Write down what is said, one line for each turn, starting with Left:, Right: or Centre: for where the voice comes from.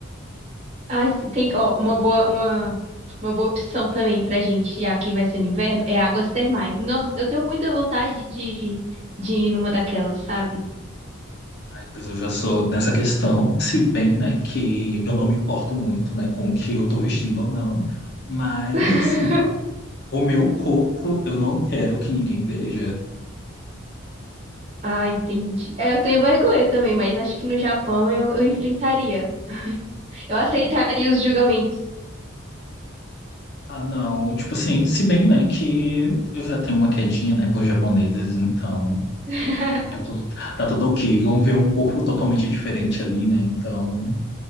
Right: Ai, se- tem ó, uma boa, uma, uma boa opção também pra gente, já que vai ser no inverno, é águas termais. Nossa, eu tenho muita vontade de, de ir numa daquelas, sabe?
Left: Aí, pois eu já sou nessa questão, se bem, né, que eu não me importo muito, né, com o que eu tô vestindo ou não, mas,
Right: <laughs>
Left: assim, o meu corpo eu não quero que ninguém veja.
Right: Ah, entendi. É, eu tenho vergonha também, mas acho que no Japão eu, eu enfrentaria. Eu aceitaria os julgamentos.
Left: Ah, não, tipo assim, se bem, né, que eu já tenho uma quedinha, né, por japoneses, então,
Right: <laughs>
Left: né, tá tudo, tá tudo ok. Vão ver um corpo totalmente diferente ali, né, então,